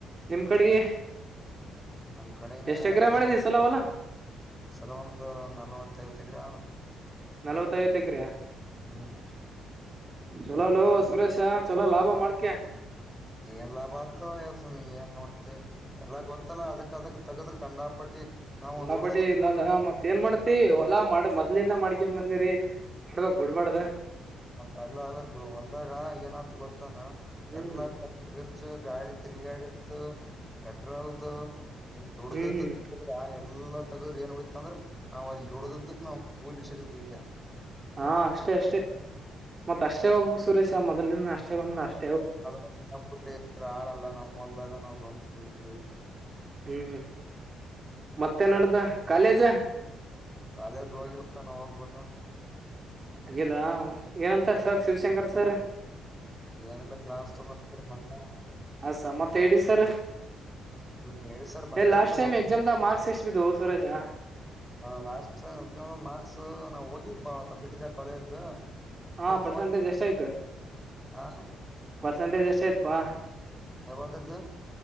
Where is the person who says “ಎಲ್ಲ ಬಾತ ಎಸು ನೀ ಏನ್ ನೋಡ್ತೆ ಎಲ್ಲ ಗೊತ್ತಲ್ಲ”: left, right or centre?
Centre